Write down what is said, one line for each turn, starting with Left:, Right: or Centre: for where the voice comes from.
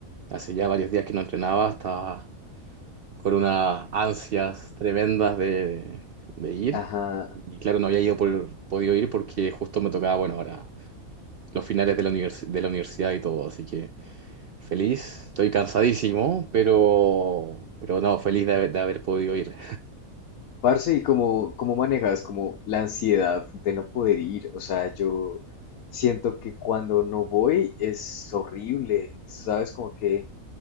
Right: hace ya varios días que no entrenaba, estaba con unas ansias tremendas de, de ir.
Left: Ajá.
Right: Y claro, no había ido por- podido ir porque justo me tocaba, bueno, ahora los finales de la univers- de la universidad y todo, así que feliz, estoy cansadísimo, pero, pero no, feliz de haber de haber podido ir.
Left: Parce, ¿y cómo, cómo manejas como la ansiedad de no poder ir? O sea, yo siento que cuando no voy es horrible, ¿sabes? Como que